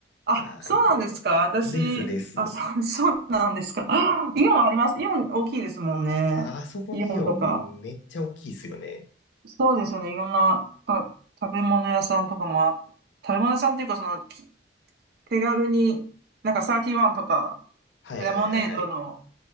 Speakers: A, on the right; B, on the left.
A: あ、
B: あの、
A: そうなんですか。私、
B: ですです。
A: あ、そう、<laughs> そうなんですか。<gasps> あイオンあります。イオン大きいですもんね。
B: あそこのイオンめっちゃ大きいっすよね。
A: イオンとか。そうですよね。いろんなか食べ物屋さんとかもあ、食べ物屋さんっていうか、その、き手軽に、なんかサーティワンとか、
B: はいはいはいはい。
A: レモネードの